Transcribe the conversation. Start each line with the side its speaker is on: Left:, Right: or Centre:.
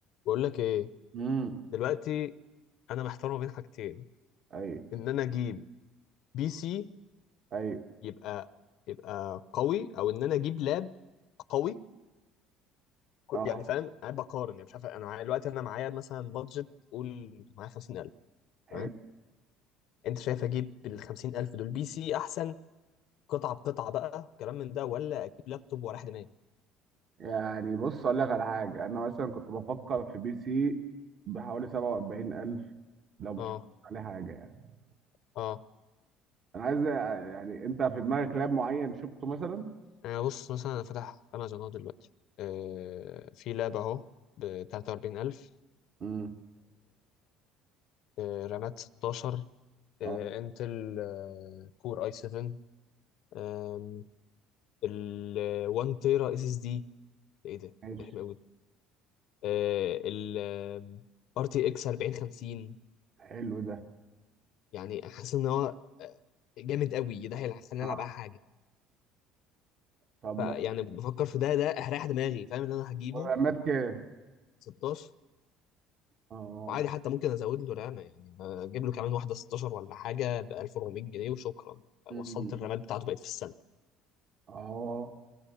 Left: بقول لك ايه
Right: امم
Left: دلوقتي انا محتار ما بين حاجتين
Right: ايوه
Left: ان انا اجيب بي سي
Right: ايوه
Left: يبقى يبقى قوي او ان انا اجيب لاب قوي ك-
Right: اه
Left: يعني فاهم قاعد بقارن يعني مش عارف انا معايا دلوقتي انا معايا مثلا بادجت قول معايا 50000
Right: حلو
Left: تمام انت شايف اجيب بال 50000 دول بي سي احسن قطعه بقطعه بقى وكلام من ده ولا اجيب لابتوب واريح دماغي
Right: يعني بص اقول لك على حاجه انا مثلا كنت بفكر في بي سي بحوالي 47000 لو مش
Left: اه
Right: عليه حاجه يعني
Left: اه
Right: انا عايز يعني انت في دماغك لاب معين شفته مثلا
Left: آه، بص مثلا انا فاتح امازون اهو دلوقتي آه في لاب اهو ب 43000
Right: امم
Left: آه، رامات 16 آه،
Right: اه
Left: انتل آه، كور اي 7 آم، ال آه، 1 تيرا اس اس دي ده ايه ده
Right: ماشي
Left: ده حلو قوي آه، ال ار تي اكس 4050
Right: حلو ده
Left: يعني حاسس ان هو آه، جامد قوي ده هيخليني
Right: اه
Left: العب اي حاجه
Right: طب
Left: فيعني بفكر في ده ده هريح دماغي فاهم ان انا هجيبه
Right: والرامات كام
Left: 16
Right: اه
Left: وعادي حتى ممكن ازود له رامه يعني اجيب له كمان واحده 16 ولا حاجه ب 1400 جنيه وشكرا
Right: مم.
Left: وصلت الرامات بتاعته بقت في السنه
Right: اه آه.